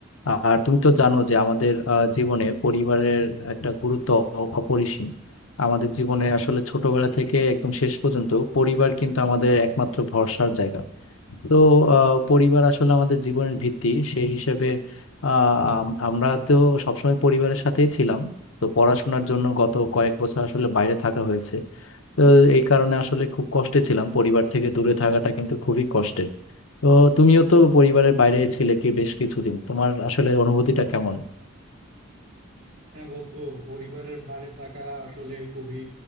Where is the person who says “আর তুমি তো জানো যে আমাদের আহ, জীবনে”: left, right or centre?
Left